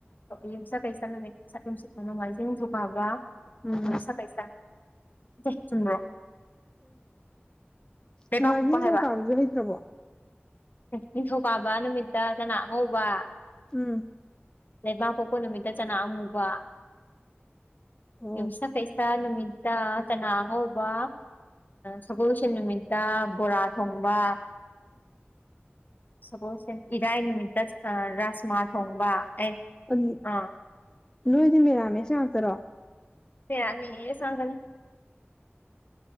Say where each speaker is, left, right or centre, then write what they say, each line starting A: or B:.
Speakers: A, on the left (about 45°); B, on the left (about 15°).
A: ꯌꯨꯝꯆꯠ ꯀꯩꯁꯠ ꯅꯨꯃꯤꯠ ꯌꯨꯝꯁꯤꯠ ꯅꯣꯡꯃꯥꯏꯖꯤꯡ ꯅꯤꯡꯊꯧꯀꯥꯕ
B: ꯎꯝ
A: ꯎ ꯆꯐꯥꯏꯁꯥ ꯗꯦ ꯆꯨꯝꯕ꯭ꯔꯣ ꯂꯩꯕꯥꯛ
B: ꯅꯃ
A: ꯄꯣꯛꯄ ꯍꯥꯏꯕ
B: ꯇꯕꯨ ꯀꯥꯞꯖ ꯍ꯭ꯔꯕꯣ
A: ꯅꯤꯡꯊꯧꯀꯥꯕ ꯅꯨꯃꯤꯠꯇ ꯆꯅꯥ ꯑꯉꯧꯕ
B: ꯎꯝ
A: ꯂꯩꯕꯥꯛ ꯐꯥꯎꯕ ꯅꯨꯃꯤꯠꯇ ꯆꯅꯥ ꯑꯃꯨꯕ
B: ꯑꯣ
A: ꯌꯨꯝꯁ ꯀꯩꯁꯥ ꯅꯨꯃꯤꯠ ꯏꯇ ꯇꯅ ꯑꯉ ꯍꯕ ꯁꯒꯣꯜꯁꯦꯟ ꯅꯨꯃꯤꯠꯇ ꯕꯣꯔꯥ ꯊꯣꯡꯕ ꯁꯄꯣꯁꯦ ꯏꯔꯥꯏ ꯅꯨꯃꯤꯠꯇ ꯑ ꯔꯥꯁꯃꯥ ꯊꯣꯡꯕ ꯑꯩ
B: ꯑꯗꯨ
A: ꯑꯥ
B: ꯅꯣꯏꯗꯤ ꯃꯦꯔꯥꯃꯦꯁ ꯉꯥꯛꯇꯔꯣ
A: ꯍ ꯁꯒꯅꯤ